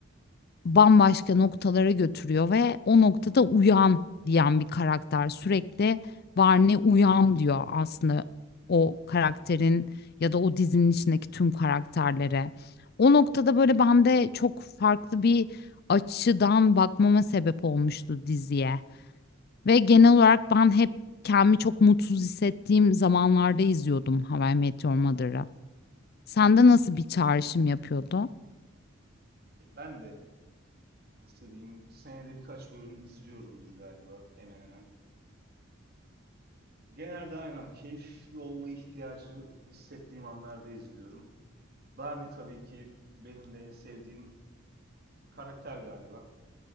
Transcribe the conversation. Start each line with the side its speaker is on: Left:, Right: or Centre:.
Left: bambaşka noktalara götürüyor ve o noktada uyan diyen bir karakter sürekli Barney uyan diyor aslında o karakterin ya da o dizinin içindeki tüm karakterlere. O noktada böyle bende çok farklı bir açıdan bakmama sebep olmuştu diziye. Ve genel olarak
Right: Böyle.
Left: ben hep kendimi çok mutsuz hissettiğim zamanlarda izliyordum How I Met Your Mother'ı. Sende nasıl bir çağrışım yapıyordu?
Right: Ben de nasıl diyeyim senede birkaç bölüm izliyorumdur galiba hemen hemen. Genelde aynen keyifli olma ihtiyacı hissettiğim anlarda izliyorum. Barney tabii ki benim de en sevdiğim karakter galiba.